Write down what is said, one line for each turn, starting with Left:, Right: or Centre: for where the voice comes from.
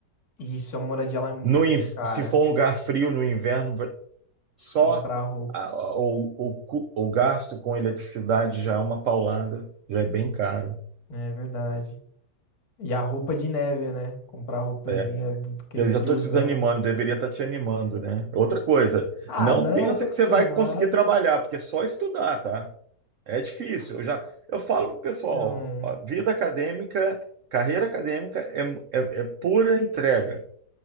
Left: Isso, a moradia lá é muito
Right: No,
Left: cara.
Right: se for um lugar frio no inverno, só
Left: Comprar roupa.
Right: a- a- o, o, cu- o gasto com eletricidade já é uma paulada, já é bem caro.
Left: né, É verdade. E a roupa de neve, né? Comprar roupazinha
Right: É.
Left: do aquele
Right: Eu
Left: friozão.
Right: já estou te desanimando, deveria estar te animando, né? Outra coisa,
Left: Ah,
Right: não
Left: não,
Right: pensa
Left: eu tô acostumado.
Right: que você vai conseguir trabalhar, porque é só estudar, tá? É difícil. Eu já, eu falo pro pessoal,
Left: Então.
Right: ó, vida acadêmica, carreira acadêmica é, é, é pura entrega.